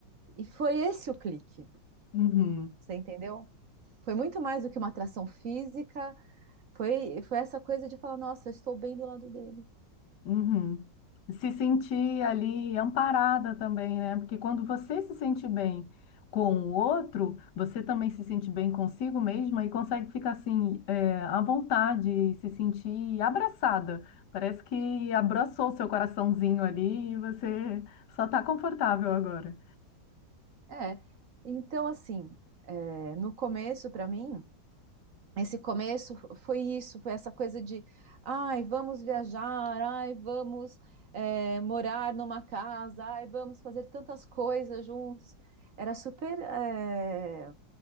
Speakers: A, on the right; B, on the left.
A: E foi esse o clique,
B: Uhum.
A: você entendeu? Foi muito mais do que uma atração física, foi, foi essa coisa de falar, nossa, eu estou bem do lado dele.
B: Uhum. Se sentir ali amparada também, né? Porque quando você se sente bem com o outro, você também se sente bem consigo mesma e consegue ficar assim, é, à vontade, se sentir abraçada. Parece que abraçou o seu coraçãozinho ali e você só está confortável agora.
A: É. Então, assim, é, no começo, para mim, esse começo foi isso, foi essa coisa de, ai, vamos viajar, ai, vamos é, morar numa casa, ai, vamos fazer tantas coisas juntos. Era super, é,